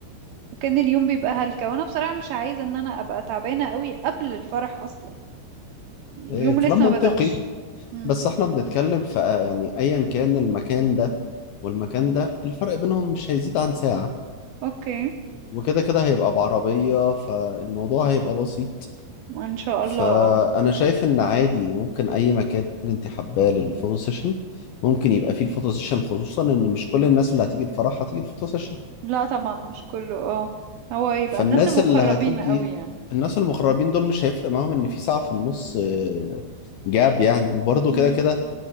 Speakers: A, on the right (about 80°); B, on the left (about 80°).
A: وكان اليوم بيبقى هلكة وانا بصراحة مش عايزة ان انا ابقى تعبانة قوي قبل الفرح اصلا يعني
B: إيه،
A: اليوم
B: كلام
A: لسه
B: منطقي
A: ما بدأش امم
B: بس احنا بنتكلم في آه، يعني أيا كان المكان ده والمكان ده الفرق بينهم مش هيزيد عن ساعة
A: اوكي
B: وكده كده هيبقى بعربية فالموضوع هيبقى بسيط
A: ان شاء
B: فأنا
A: الله اه
B: شايف إن عادي ممكن أي مكان أنت حباه للفوتو سيشن ممكن يبقى فيه الفوتو سيشن خصوصا إن مش كل الناس اللي هتيجي الفرح هتيجي الفوتو سيشن
A: لا طبعا مش كله اه هو يبقى
B: فالناس
A: الناس المقربين
B: اللي هتيجي
A: قوي يعني
B: الناس المغربين دول مش هيفرق معاهم ان في ساعة في النص آه، جاب يعني وبرضه
A: امم
B: كده كده